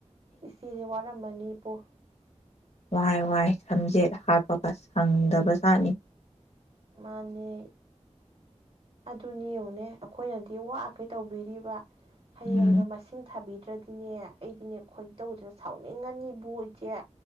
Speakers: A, on the right; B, on the left.
A: ꯏꯆꯦꯁꯦ ꯋꯥꯔꯝꯃꯅꯤꯕꯨ
B: ꯋꯥꯔꯦ ꯋꯥꯔꯦ ꯁꯝꯖꯦꯠ ꯍꯥꯠꯄꯒ ꯁꯪꯗꯕꯖꯥꯠꯅꯤ
A: ꯃꯥꯅꯦ ꯑꯗꯨꯅꯤ ꯌꯦꯉꯨꯅꯦ ꯑꯈꯣꯏꯅꯗꯤ ꯋꯥꯈꯩ ꯇꯧꯕꯤꯔꯤꯕ ꯍꯌꯦꯡꯒ
B: ꯎꯝ
A: ꯃꯁꯤꯡ ꯊꯥꯕꯤ <unintelligible> ꯑꯩꯗꯤꯅꯦ ꯈꯣꯏꯗꯧꯁꯦ ꯁꯥꯎꯅꯤꯡꯉꯅꯤꯕꯨ ꯏꯆꯦ